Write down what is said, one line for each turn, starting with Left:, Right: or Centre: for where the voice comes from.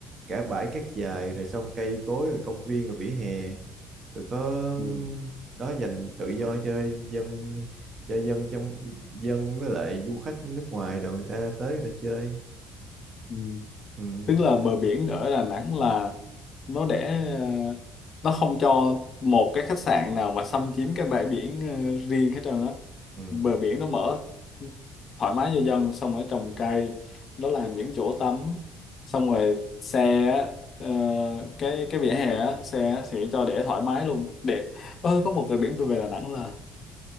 Right: cả bãi cát dài rồi xong cây cối rồi công viên rồi vỉa hè rồi có ừm,
Left: Ừ.
Right: đó dành tự do cho dân cho dân trong dân với lại du khách nước ngoài rồi người ta tới người ta chơi
Left: Ừ.
Right: ừ
Left: tức là bờ biển ở Đà Nẵng là nó để ờ, nó không cho một cái khách sạn nào mà xâm chiếm cái bãi biển ờ, riêng hết trơn á
Right: ừ
Left: bờ biển nó mở thoải mái cho dân xong rồi trồng cây nó làm những chỗ tắm xong rồi xe á, ờ, cái cái vỉa hè á, xe á thì cho để thoải mái luôn đẹp ơ có một bờ biển tôi về Đà Nẵng là